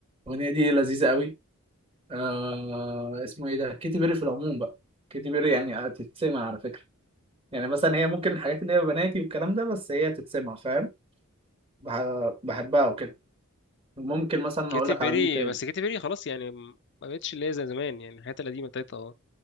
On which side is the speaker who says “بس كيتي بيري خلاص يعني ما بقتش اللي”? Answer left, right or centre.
Left